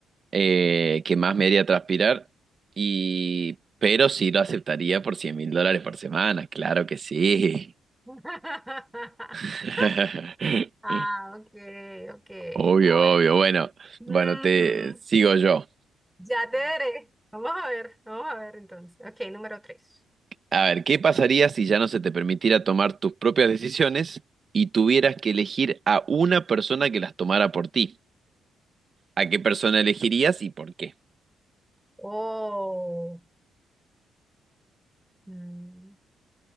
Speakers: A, on the right; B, in the centre.
A: eh, que más me haría transpirar, y, pero sí lo aceptaría por cien mil dólares por semana, claro que sí.
B: <laughs>
A: <laughs>
B: Ah, ok, ok,
A: Obvio,
B: bueno.
A: obvio. Bueno,
B: Ujú.
A: bueno, te sigo yo.
B: Ya te veré. Vamos a ver, vamos a ver entonces. Ok, número tres.
A: A ver, ¿qué pasaría si ya no se te permitiera tomar tus propias decisiones y tuvieras que elegir a una persona que las tomara por ti? ¿A qué persona elegirías y por qué?
B: Oh. mm.